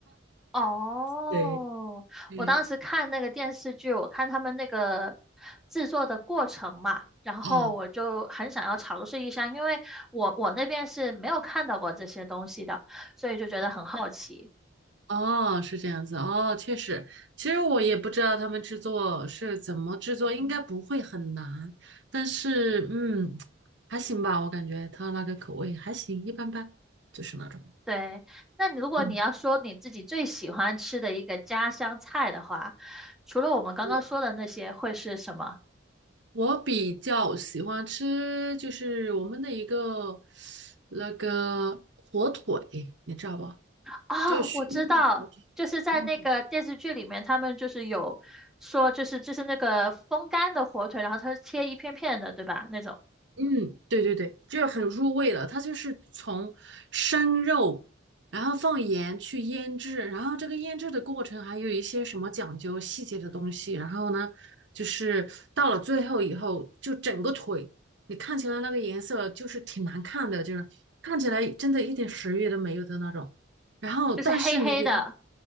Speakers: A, in the centre; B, on the right.
A: 哦，
B: 对，嗯，
A: 我当时看那个电视剧，我看他们那个制作的过程嘛，然后我就很想要尝试一下，
B: 哦
A: 因为我我那边是没有看到过这些东西的，所以就觉得很好奇。
B: 哦哦，是这样子哦，确实，其实我也不知道他们制作是怎么制作，应该不会很难，但是嗯，还行吧，我感觉它那个口味还行，一般般，就是那种。
A: 对，那你如果你要说你自己最喜欢吃的一个家乡菜的话，
B: 嗯，
A: 除了我们刚刚说的那些，
B: 我
A: 会是什么？
B: 我比较喜欢吃，就是我们的一个那个火腿，你知道吧？
A: 啊，
B: 就是熏的火腿。
A: 我知道，就是在那个电视剧里面，
B: 嗯
A: 他们就是有说，就是就是那个风干的火腿，然后它是切一片片的，对吧？那种
B: 嗯，对对对，就是很入味了。它就是从生肉，然后放盐去腌制，然后这个腌制的过程还有一些什么讲究细节的东西。然后呢，就是到了最后以后，就整个腿，你看起来那个颜色就是挺难看的，就是看起来真的一点食欲都没有的那种。然后，
A: 就是黑黑的
B: 但是你给它，